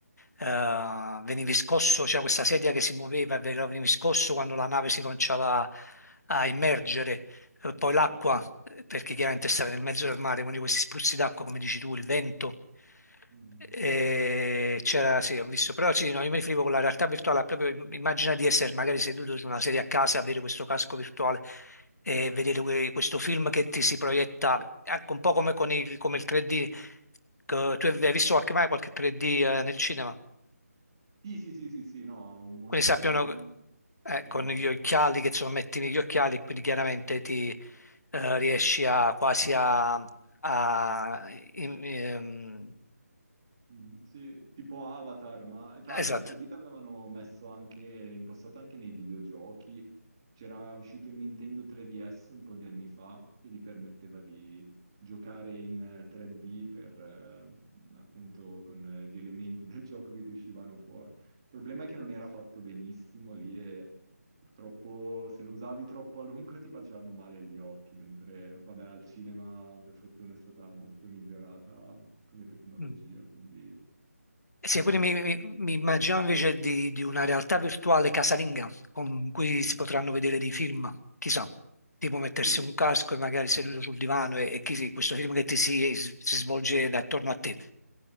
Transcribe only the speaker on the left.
eh, veniva scosso, c'era questa sedia che si muoveva, e veniva scosso quando la nave si cominciava a immergere, Eh, poi l'acqua
eh, perché chiaramente stava nel mezzo del mare, quindi questi spruzzi d'acqua, come dici tu, il vento.
Eh, c'era, sì, ho visto, però sì, no, io mi riferivo con la realtà virtuale, proprio im- immagina di essere magari seduto su una sedia a casa, avere questo casco virtuale e vedere que- questo film che ti si proietta, anche un po' come con il, come il 3D, che tu hai visto qualche, mai qualche 3D eh, nel cinema?
Quindi sappiano
eh,
con gli occhiali che sono metti negli occhiali e quindi chiaramente ti eh, riesci a quasi a, a- in- ehm,
esatto.
Mm.
Sì,
quindi
mi, mi- mi immagino invece di, di una realtà virtuale casalinga con cui
si potranno vedere dei film, chissà, tipo mettersi
un
casco
e magari seduto sul divano e, e chi- questo film che ti si, si svolge attorno a te.